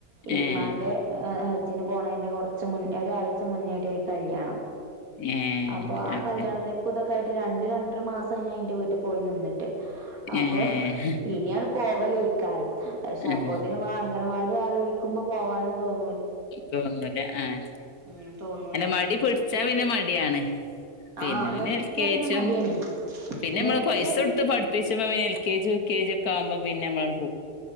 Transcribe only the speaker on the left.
ഏഹ്
ഏഹ്
അപ്പം
ഏഹ്
ആഹ്
തോന്നൂല, ആഹ്
അല്ല മടി പിടിച്ചാ പിന്നെ മടിയാണ്. പിന്നെ
പിന്നെ
എൽക്കെജും,
പിന്നെ നമ്മള്
പൈസ
കൊടുത്ത് പഠിപ്പിച്ച്ണോൻ L K G, U K G ഒക്കെ ആവുമ്പോ പിന്നെ നമ്മളങ്ങട്ട് പോവും